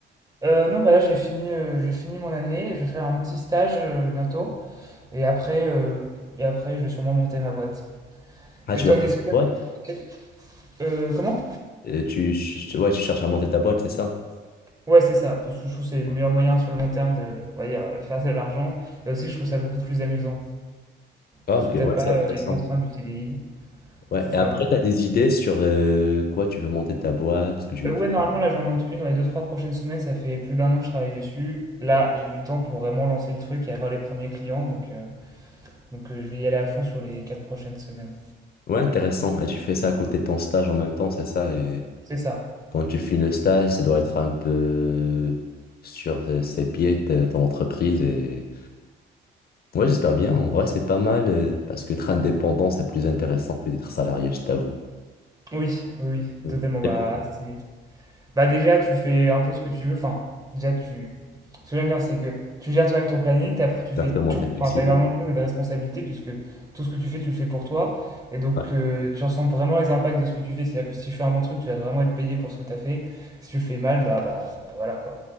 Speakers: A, on the right; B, on the left.
A: Euh, non, bah là, j'ai fini, euh, j'ai fini mon année. Je vais faire un petit stage euh, bientôt. Et après, euh, et après, je vais sûrement monter ma boîte.
B: Ah,
A: Et
B: tu
A: toi,
B: vas
A: qu'est-ce
B: monter
A: que
B: ta
A: t'aimes?
B: boîte?
A: Quel- Euh, comment?
B: Euh, tu, ch- ouais, tu cherches à monter ta boîte, c'est ça?
A: Ouais, c'est ça. Parce que je trouve que c'est le
B: Ouais.
A: meilleur moyen sur le long terme de, on va dire, euh, faire de l'argent. Et aussi, je trouve ça beaucoup plus amusant.
B: Ah,
A: Parce
B: ok,
A: que t'as
B: ouais,
A: pas
B: c'est intéressant.
A: euh, les contraintes du C D I
B: Ouais,
A: Tu fais
B: et après,
A: un peu...
B: tu as des idées sur euh, quoi tu veux monter ta boîte, ce que tu
A: Euh,
B: veux
A: Ouais,
B: faire.
A: normalement, là, j'en monte une dans les deux, trois prochaines semaines. Ça fait plus d'un an que je travaille dessus. Là,
B: quoi.
A: j'ai du temps pour vraiment lancer le truc et avoir les premiers clients. Donc, euh, donc euh, je vais y aller à fond sur les quatre prochaines semaines.
B: Ouais, intéressant. Et tu fais ça à côté de ton stage en même temps, c'est ça. Et
A: C'est ça.
B: quand tu finis le stage, ça doit être un peu sur euh, ses pieds, ta- ton entreprise. Et... Ouais, j'espère bien. En vrai, c'est pas mal euh, parce que être indépendant, c'est plus intéressant que d'être salarié, je t'avoue.
A: Oui, oui, oui,
B: Mm.
A: totalement. Bah,
B: C'est pour
A: c'est Bah déjà, tu fais un peu ce que tu veux. Enfin, déjà, tu... Ce que j'aime bien, c'est que tu gères toi-même ton planning, t'as- tu fais
B: Exactement,
A: tout.
B: t'es flexible.
A: Enfin, tu as énormément de choses et de responsabilités, puisque tout ce que tu fais, tu le fais pour toi. Et donc,
B: Ouais,
A: euh, tu ressens vraiment les impacts de ce que tu fais. C'est-à-dire que si tu fais un bon truc, tu vas vraiment être payé pour ce que tu as fait. Si tu le fais mal, bah, bah voilà quoi.